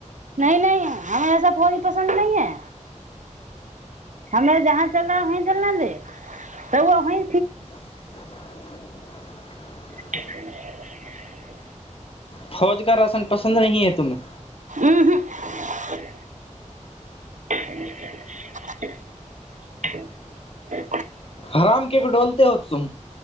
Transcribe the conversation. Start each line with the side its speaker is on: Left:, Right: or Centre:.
Right: नहि नहि हम ऐसा फौजी पसन्द नहीं है हमे जहाँ चलना है वही चलना दे त वही
Left: <inaudible>
Right: ठीक
Left: फौज का राशन प पन्द नहि है तुम में
Right: म्म हमम <unintelligible>
Left: हराम केक डोलते होत श